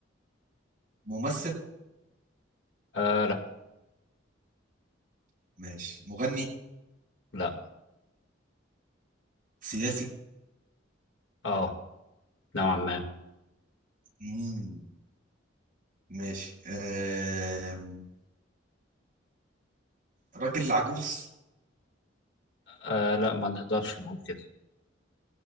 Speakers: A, on the right; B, on the left.
A: ممثل
B: آه لا
A: ماشي مغني
B: لا
A: سياسي
B: اه نوعا ما
A: مم. ماشي آم، راجل عجوز
B: آه لا ما نقدرش نقول كده